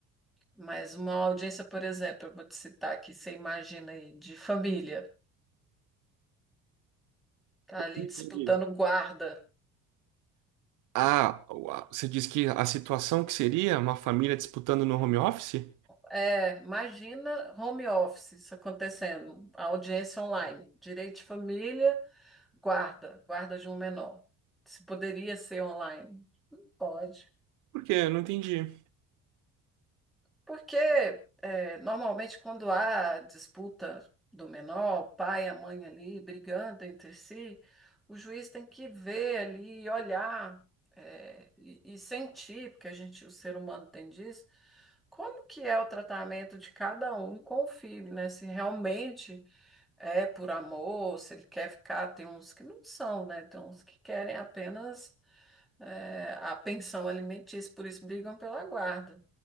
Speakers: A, in the centre; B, on the right.
A: Mas uma audiência, por exemplo, eu vou te citar aqui, você imagina aí, de família, tá ali
B: Entendi.
A: disputando guarda.
B: Ah, o- você diz que a situação que seria uma família disputando no home office?
A: É, imagina home office isso acontecendo, a audiência online, direito de família. Guarda, guarda de um menor. Se poderia ser online, pode.
B: Por quê? Eu não entendi.
A: Porque é, normalmente quando há disputa do menor, o pai e a mãe ali brigando entre si, o juiz tem que ver ali, olhar é, e, e sentir, porque a gente, o ser humano tem disso, como que é o tratamento de cada um com o filho, né? Se realmente é por amor, se ele quer ficar, tem uns que não são, né? Tem uns que querem apenas é, a pensão alimentícia, por isso brigam pela guarda,